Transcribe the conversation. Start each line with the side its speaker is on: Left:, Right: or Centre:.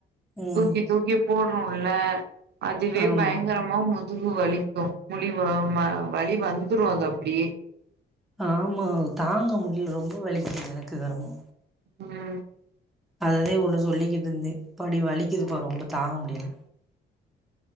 Centre: ம்
Right: தூக்கி தூக்கி போடுறோல அதுவே
Centre: ஆமா
Right: பயங்கரம் மா முதுகு வலிக்கு முழிவ ம வலி வந்துரு அது அப்டியே
Centre: ஆமா தாங்க முடியல ரொம்ப வலிக்குது எனக்கு கரமோ
Right: ம்
Centre: அததே உன்ட்ட சொல்லிக்கிட்ருந்தே படி வலிக்குதுப்பா ரொம்ப தாங்க முடியல